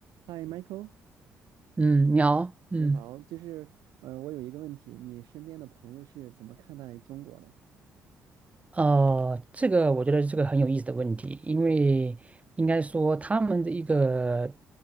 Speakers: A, on the right (about 75°); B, on the right (about 20°).
A: 嗨，Michael，
B: 嗯，你好，嗯，
A: 你好，就是，呃，我有一个问题，你身边的朋友是怎么看待中国的？
B: 呃，这个我觉得是个很有意思的问题，因为应该说他们的一个